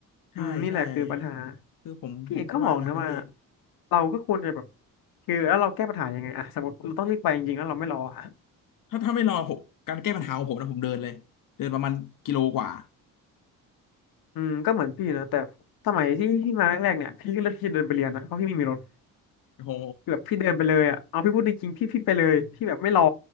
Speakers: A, on the left; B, on the left.
A: ใช่ใช่
B: อืมนี่แหละคือปัญหา
A: คือผมผมก็ว่างั้นแหละพี่
B: พี่เอกก็มองนะว่าเราก็ควรจะแบบคือแล้วเราแก้ปัญหายังไงอะสมมติเราต้องรีบไปจริงๆแล้วเราไม่รออะ
A: ถ้าถ้าไม่รอผมการแก้ปัญหาของผมนะผมเดินเลยเดินประมาณกิโลกว่า
B: อืมก็เหมือนพี่นะแต่สมัยที่พี่มาแรกๆเนี่ยพี่ก็เลือกที่จะเดินไปเรียนนะเพราะพี่ไม่มีรถ
A: โอ้โห
B: คือแบบพี่เดินไปเลยอ่ะเอาพี่พูดจริงๆพี่พี่ไปเลยพี่แบบไม่รอ